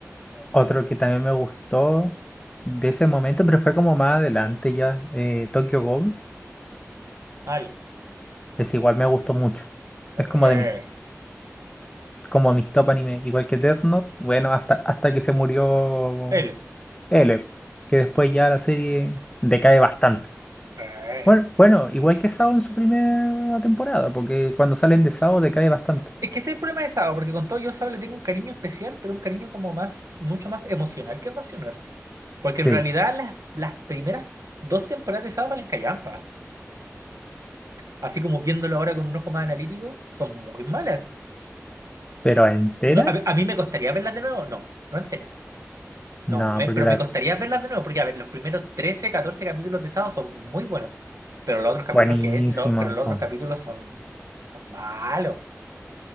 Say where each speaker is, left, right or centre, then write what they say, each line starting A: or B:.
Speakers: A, on the left; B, on the right.
A: Otro que también me gustó de ese momento, pero fue como más adelante ya, eh, Tokyo Ghoul.
B: Ah, ya.
A: Ese igual me gustó mucho.
B: Eh,
A: Es como de mis, como mis top anime, igual que Death Note. Bueno, hasta, hasta que se murió.
B: él.
A: L, que después ya la serie decae bastante.
B: Eh.
A: Bueno, bueno, igual que Sao en su primera temporada, porque cuando salen de Sao decae bastante.
B: Es que ese es el problema de Saba, porque con todo yo a Saba le tengo un cariño especial, pero un cariño como más, mucho más emocional que racional. Porque
A: Sí,
B: en realidad las, las primeras dos temporadas de Saba valen callampa. así como viéndolo ahora con un ojo más analítico, son muy malas.
A: pero ¿enteras?
B: Yo- a, a mí me costaría verlas de nuevo, no, no enteras. No,
A: No,
B: me-
A: porque
B: pero
A: la...
B: me costaría verlas de nuevo, porque a ver, los primeros 13 14 capítulos de Sado son muy buenos, pero los otros capítulos
A: Buenísima.
B: que lo- pero los
A: po.
B: otros capítulos son, son malos,